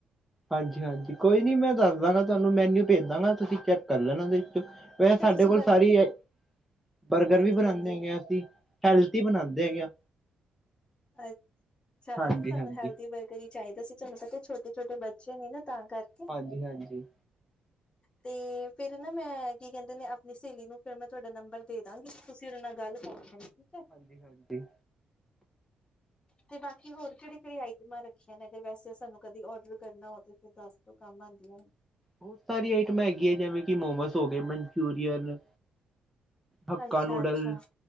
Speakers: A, in the centre; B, on the left.
A: ਹਾਂਜੀ ਹਾਂਜੀ ਕੋਈ ਨਹੀ ਮੈਂ ਦੱਸ ਦਾਂਗਾ ਤੁਹਾਨੂੰ ਮੈਨਿਊ ਭੇਜ ਦਾਂਗਾ ਤੁਸੀਂ ਚੈੱਕ ਕਰ ਲੈਣਾ ਐਦੇ ਵਿੱਚੋਂ ਵੈ ਹੈ
B: ਤੇ
A: ਸਾਡੇ
B: ਤੁਸੀਂ
A: ਕੋਲ
B: ਬਰ
A: ਸਾਰੀ ਹੈ ਬਰਗਰ
B: ਹਾਂਜੀ
A: ਵੀ ਬਣਾਦੇ
B: ਹਾਂਜੀ
A: ਹੈਗੇ ਜੀ ਹੈਲਦੀ ਬਣਾਦੇ ਹੈਗੇ ਆ
B: ਐ ਅੱਛਾ
A: ਹਾਂਜੀ
B: ਆ ਨੀ ਸਾਨੂੰ
A: ਹਾਂਜੀ
B: ਹੈਲਦੀ ਬਰਗਰੀ ਈ ਚਾਹੀਦਾ ਸੀ ਤੁਹਾਨੂੰ ਪਤਾ ਛੋਟੇ ਛੋਟੇ ਬੱਚੇ ਨੇ ਨਾ ਤਾਂ ਕਰਕੇ
A: ਹਾਂਜੀ ਹਾਂਜੀ
B: ਤੇ ਫੇਰ ਨਾ ਮੈਂ ਕੀ ਕਹਿੰਦੇ ਨੇ ਆਪਣੀ ਸਹੇਲੀ ਨੂੰ ਫਿਰ ਮੈਂ ਤੁਹਾਡਾ ਨੰਬਰ ਦੇ ਦਾਂਗੀ ਤੁਸੀਂ ਉਹਦੇ ਨਾਲ ਗੱਲ ਕਰਲੇਣੀ ਠੀਕ ਐ
A: ਜੀ ਹਾਂਡੀ ਈ
B: ਤੇ ਬਾਕੀ ਹੋਰ ਕਿਹੜੀ ਕਿਹੜੀਆਂ ਆਈਟਮਾਂ ਰੱਖੀਆਂ ਨੇ ਅਗਰ ਵੈਸੇ ਸਾਨੂੰ ਕਦੇ ਔਡਰ ਕਰਨਾ ਹੋ ਤੇ ਫਿਰ ਦਸ ਤੋਂ ਕੰਮ ਆਦੀਆਂ ਨੇ
A: ਬਹੁਤ ਸਾਰੀ ਆਈਟਮ ਹੈਗੀ ਐ ਜਿਵੇਂ ਕਿ ਮੋਮੋਸ ਹੋ ਗਏ ਮਨਚੂਰੀਅਨ ਹੱਕਾ
B: ਅੱਛਾ-ਅੱਛਾ,
A: ਨੂਡਲ
B: ਅੱਛਾ